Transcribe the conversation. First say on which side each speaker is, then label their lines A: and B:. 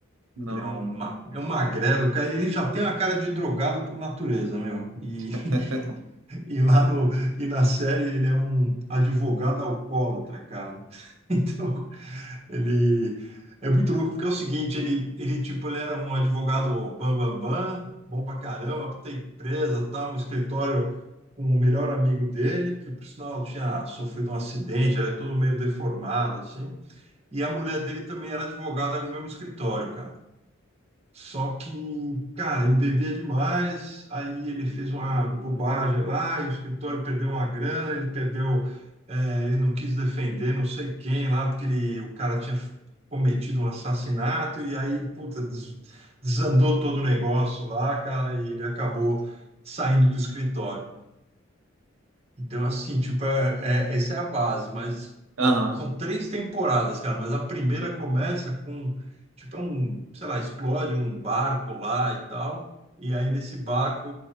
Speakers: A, on the right; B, on the right.
A: Não.
B: Ele é um, ma- é um magrelo, cara. Ele já tem uma cara de drogado por natureza, meu. E
A: <laughs>
B: <laughs> E lá no, e na série ele é um advogado alcoólatra, cara. <laughs> Então, ele é muito louco, porque é o seguinte, ele, ele tipo, ele era um advogado bam, bam, bam, bom pra caramba, puta empresa, tal, um escritório com o melhor amigo dele, que por sinal tinha sofrido um acidente, era todo meio deformado, assim. E a mulher dele também era advogada no mesmo escritório, cara. Só que, cara, ele bebia demais, aí ele fez uma bobagem lá, e o escritório perdeu uma grana, ele perdeu, eh, ele não quis defender não sei quem lá, porque ele, o cara tinha cometido um assassinato, e aí, puta, des- desandou todo o negócio lá, cara, e ele acabou saindo do escritório. Então, assim, tipo, é, é- essa é a base, mas o-
A: Aham,
B: são três temporadas, cara, mas a primeira começa com, tipo, é um, sei lá, explode um barco lá e tal, e aí nesse barco,